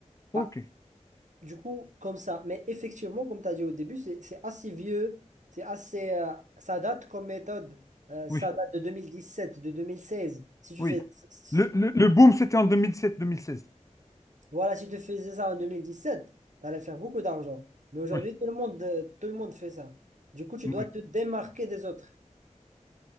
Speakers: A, on the left (about 25°); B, on the right (about 70°).
A: OK.
B: Bah, du coup, comme ça. Mais effectivement, comme tu as dit au début, c'est c'est assez vieux. C'est assez, euh, ça date comme méthode. Euh, ça
A: Oui.
B: date de 2017, de 2016. Si tu
A: Oui.
B: fais, si
A: Le, le, le boom, c'était en deux deux mille sept deux mille seize
B: Voilà, si tu faisais ça en 2017, tu allais faire beaucoup d'argent. Mais aujourd'hui,
A: Oui.
B: tout le monde, euh, tout le monde fait ça. Du coup, tu
A: Oui.
B: dois te démarquer des autres.